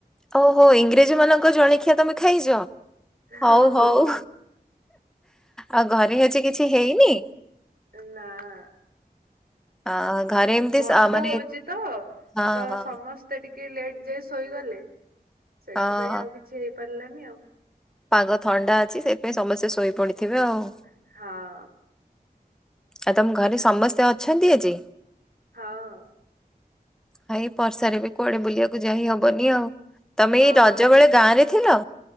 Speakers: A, in the centre; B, on the right (about 70°).
A: ଓହୋ ଇଂରେଜ ମାନଙ୍କ ଜଳଖିଆ ତମେ ଖାଇଚ
B: ହଁ
A: ହଉ
B: ହଁ
A: ହଉ।
B: ହଁ
A: ଆ ଘରେ ଆଜି କିଛି ହେଇନି?
B: ଏ ନାଁ।
A: ଆ ଘରେ ଏମିତି
B: ବର୍ଷା
A: ସ ଆ, ମାନେ
B: ହଉଚି ତ
A: ହଁ
B: ତ
A: ହଁ
B: ସମସ୍ତ ମତେ ଟିକେ ଲେଟ୍ ଯାଇ ଶୋଇଗଲେ ସେଇଥିପାଇଁ
A: ହଁ ହଁ
B: ଆଉ କିଛି ହେଇପାରିଲାନି ଆଉ।
A: ପାଗ ଥଣ୍ଡା ଅଛି ସେଥିପାଇଁ ସମସ୍ତେ ଶୋଇପଡିଥିବେ ଆଉ।
B: ହଁ।
A: ଆଉ ତମ ଘରେ ସମସ୍ତେ ଅଛନ୍ତି ଆଜି
B: ହଁ।
A: ଭାଇ ବର୍ଷାରେ ବି କୁଆଡେ ବୁଲିବାକୁ ଯାଇ ହବନି ଆଉ ତମେ
B: ହଁ
A: ଏଇ ରଜ ବେଳେ ଗାଁ ରେ ଥିଲ